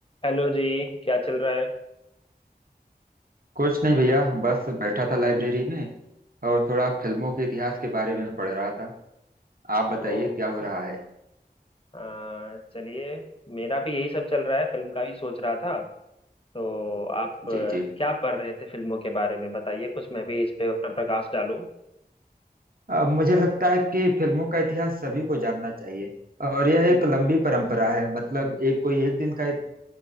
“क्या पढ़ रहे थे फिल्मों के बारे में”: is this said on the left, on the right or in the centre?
Left